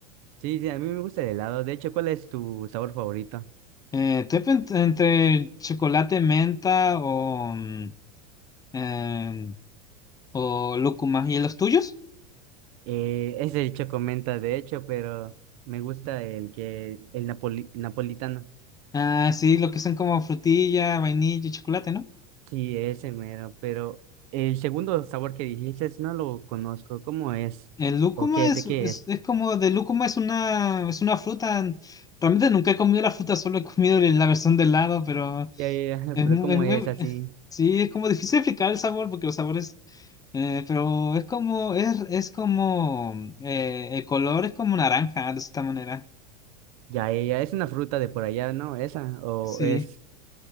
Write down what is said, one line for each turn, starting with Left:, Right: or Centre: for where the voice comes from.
Right: Sí, sí, a mí me gusta el helado. De hecho, ¿cuál es tu sabor favorito?
Left: Eh, estoy pen- entre chocolate menta o, mm, eh, o lúcuma. ¿Y los tuyos?
Right: Eh, ese el chocomenta, de hecho, pero me gusta el que el napoli- napolitano.
Left: Ah, sí, lo que son como frutilla, vainilla y chocolate, ¿no?
Right: Sí, ese mero, pero el segundo sabor que dijiste no lo conozco. ¿Cómo es?
Left: El lúcuma
Right: ¿O qué?
Left: es,
Right: ¿De qué
Left: es,
Right: es?
Left: es como de lúcuma es una, es una fruta. Realmente nunca he comido la fruta, solo he comido la versión de helado, pero
Right: Ya, ya, ya,
Left: Es
Right: <laughs> pero
Left: muy-
Right: ¿cómo
Left: es muy-
Right: es así?
Left: <laughs> sí, es como <laughs> difícil explicar el sabor porque los sabores, eh, pero es como, es, es como, eh, el color es como naranja, de esta manera.
Right: Ya, ya, ya, es una fruta de por allá, ¿no? Esa, o
Left: Sí,
Right: es